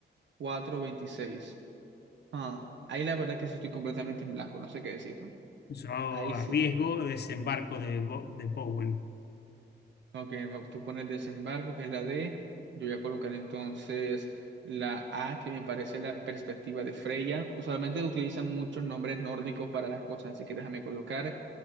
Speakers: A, on the right; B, on the left.
A: cuatrocientos veintiséis? Ah, ahí la verdad que sí estoy completamente en blanco, no sé qué decirte.
B: Yo
A: Ahí
B: arriesgo
A: sí.
B: desembarco de, Bo- de Bowen.
A: Ok, va- tú pones desembarco, que es la D. Yo voy a colocar entonces la A, que me parece la perspectiva de Freya. Usualmente utilizan muchos nombres nórdicos para las cosas, así que déjame colocar.